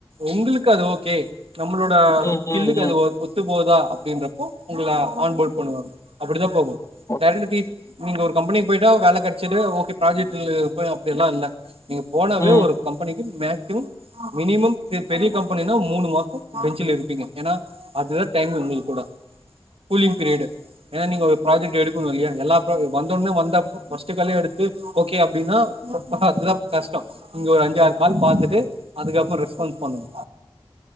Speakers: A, on the right; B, on the left.
A: உங்குளுக்கு அது ஓகே நம்மளோட
B: ம்
A: ஸ்கில்லுக்கு
B: ம் ம்
A: அது ஓ ஒத் து போதா அப்டின்றப்போ உங்கள ஆன்போல் பண்ணுவாங்க அப்பிடி தா போகு
B: ஓகே
A: டேலண்டடீஸ் நீங்க ஒரு கம்பெனிக்கு போயிட்டா வேல கிடிச்சிட்டு ஓகே ப்ராஜெக்ட் இரு அப்டி எல்லா இல்ல நீங்க போனாவே
B: ம்
A: ஒரு கம்பெனிக்கு மேக்சிமம் மினிமம் பெரிய கம்பெனினா மூணு மாச பெஞ்சல இருப்பீங்க ஏன்னா அதுதா டைம் உங்களுக்கு கூட கூலிங் பீரியடு ஏன்னா நீங்க ஒரு ப்ராஜட் எடுக்கணு இல்லயா எல்லா ப்ரோ வந்தடனே வந்தப்ப ஃபர்ஸ்ட் காலே வாங்க எடு ஓகே அப்டின்னா ஆப் அதுதா கஷ்ட இங்க ஒரு அஞ்சு ஆறு கால் பாத்துட்டு அதுக்கப்பற ரெஸ்பான்ஸ் பண்ணனு